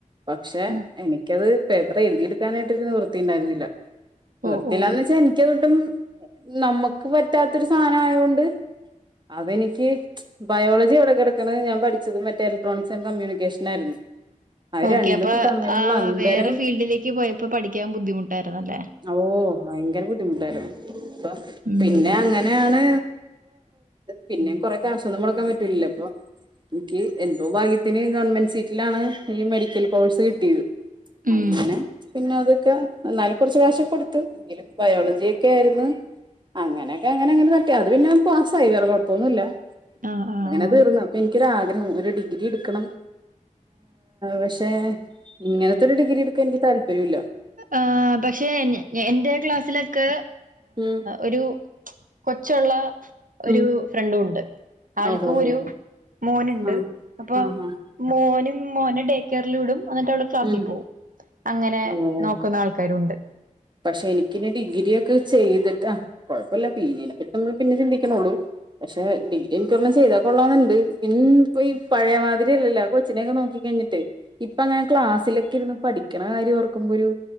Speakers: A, on the right; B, on the right.
A: പക്ഷെ
B: ആഹ്
A: എനിക്കത് പേപ്പർ എഴുതി എടുക്കാനായിട്ട് ഇന്ന് നിവൃത്തി ഉണ്ടായിരുന്നില്ല നിവൃത്തിലാന്ന്
B: ഓഹ് ഓഹ്
A: വെച്ചാ എനിക്കതൊട്ടും നമുക്ക് പറ്റാത്തൊരു സാധനം ആയൊണ്ട് അതെനിക്ക് ബയോളജി ഇവിടെ കിടക്കുന്നത് ഞാൻ പഠിച്ചത് മറ്റേ ഇലക്ട്രോണിക്സ് ആൻഡ് കമ്മ്യൂണിക്കേഷൻ ആയിരുന്നു അത്
B: ഓക്കെ
A: രണ്ടും
B: അപ്പൊ
A: തമ്മിലുള്ള
B: ആ
A: അന്തരം
B: വേറെ ഫീൽഡിലേക്ക് പോയപ്പോ പഠിക്കാൻ ബുദ്ധിമുട്ടായിരുന്നല്ലേ
A: ഓ ഭയങ്കര ബുദ്ധിമുട്ടായിരുന്നു അപ്പ
B: ഉം
A: പിന്നെ അങ്ങനെയാണ് പിന്നെ കൊറെ കാശൊന്നും മുടക്കാൻ പറ്റൂല അപ്പൊ എനിക്ക് എന്തോ ഭാഗ്യത്തിന് ഗവൺമെന്റ് സീറ്റിലാണ് ഈ മെഡിക്കൽ കോഴ്സ് കിട്ടിയത്
B: ഉം
A: അങ്ങനെ പിന്നെ അത് എന്നാലും കുറച്ച് കാശ് ഒക്കെ കൊടുത്ത് എങ്കിലും ബയോളജി ഒക്കെ ആയിരുന്നു അങ്ങനെയൊക്കെ അങ്ങനെ അങ്ങനെ തട്ടി അത് പിന്നെ പാസായി വറെ കുഴപ്പൊന്നുല്ല
B: ആഹ് ആഹ് ആഹ്
A: അങ്ങനെ തീർന്നു അപ്പൊ എനിക്കൊരാഗ്രഹം ഒരു ഡി ഡിഗ്രി എടുക്കണം പക്ഷെ ഇങ്ങനെ നത്തെ ഒരു ഡിഗ്രി എടുക്കാൻ എനിക്ക് താ താൽപ്പര്യല്ല
B: ആഹ് പക്ഷെ ഞ ഞ എന്റെ ക്ലാസ്സിലൊക്കെ
A: ഉം
B: ഒരു കൊച്ചൊള്ള ഒരു
A: ഉം
B: ഫ്രണ്ടുണ്ട്. ആൾക്കും
A: ഓഹോ ഹോ
B: ഒരു മോന്ണ്ട്
A: ആഹ്
B: അപ്പൊ
A: ആഹ് ആഹ്
B: മോനും മോനെ ഡേകെയറില് വിടും. അന്നിട്ടവള് ക്ലാസ്സി
A: ഉം
B: പോവും അങ്ങനെ
A: ഓഹ്
B: നോക്കുന്നാൾക്കാരുണ്ട്.
A: പക്ഷെ എനിക്കിനി ഡിഗ്രിയൊക്കെ ചെയ്തിട്ട കൊഴപ്പല്ല പി ജി നെ പ്പറ്റി നമ്മള് പിന്നെ ചിന്തിക്കണൊള്ളൂ പക്ഷെ ഡിഗ്രി എനിക്കൊരെണ്ണം ചെയ്താ കൊള്ളാന്ന്ണ്ട് ഇൻ പ്പൊഈ പഴേമാതിരിയല്ലല്ല കൊച്ചിനെ ക്കെ നോക്കി കഴിഞ്ഞിട്ട് ഇപ്പ ങ്ങനെ ക്ലാസ്സി ലൊക്കിര്ന്ന് പഠിക്കണ കാര്യോർക്കുമ്പൊരു